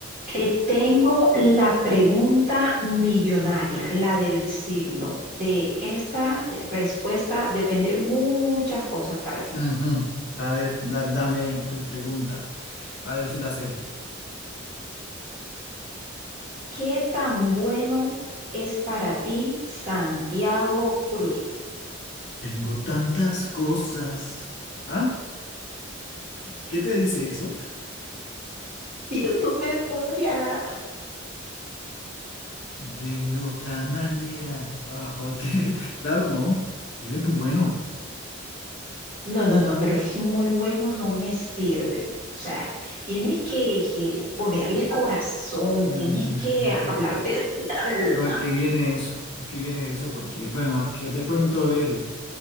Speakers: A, on the right (about 40°); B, on the left (about 55°).
A: Te tengo la pregunta millonaria, la del siglo. De esta respuesta depende muchas cosas para ti.
B: Ujú. A ver, da- dame tu pregunta. A ver si la sé.
A: ¿Qué tan bueno es para ti Santiago Cruz?
B: Tengo tantas cosas. ¿Ah? ¿Qué te dice eso?
A: Pido tu memoria.
B: De otra manera. Ah, ok. <laughs> Claro, no. Él es muy bueno.
A: No, no, no, pero es que muy bueno no me sirve. O sea, tienes que, que ponerle corazón,
B: Ujú.
A: tienes que
B: Pero,
A: hablar de alma.
B: pero ¿a qué viene eso? ¿A qué viene eso? Porque, bueno, ¿a qué te cuento de él?